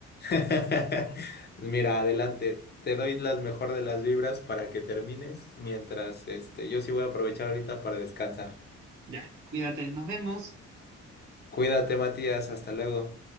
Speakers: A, on the left; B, on the right.
A: <laughs> Mira, adelante. Te doy las mejor de las vibras para que termines, mientras este, yo sí voy a aprovechar ahorita para descansar.
B: Ya, cuídate, nos vemos.
A: Cuídate, Matías, hasta luego.